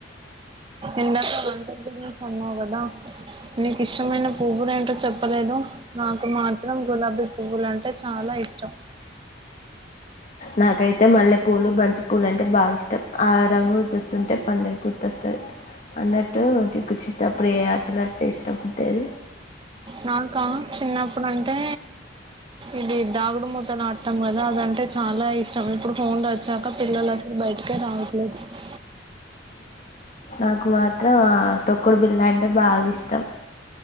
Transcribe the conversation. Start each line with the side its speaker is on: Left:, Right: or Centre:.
Right: ఎందాకంట అన్నావు కదా నీకు ఇష్టమైన పువ్వులు ఏంటో చెప్పలేదు నాకు మాత్రం గులాబీ పువ్వులు అంటే చాలా ఇష్టం
Left: నాకైతే మల్లె పూలు బంతి పూలు అంటే బాగా ఇష్ట ఆ రంగు చూస్తుంటే పన్నెను గుర్తొస్తుంది అన్నట్టు తిక్కు చిత్త ప్రియ ఆటలుట్టే ఇష్ట పుట్టేది
Right: నాకా చిన్నప్పుడు అంటే ఇది దాగుడుమూత అంటే చాలా ఇష్టం ఇప్పుడు ఫోన్లు వచ్చాక పిల్లలు అసలు బయటకే రావ <unintelligible>
Left: నాకు మాత్రం ఆ తొక్కుడు బిల్ల అంటే బాగా ఇష్టం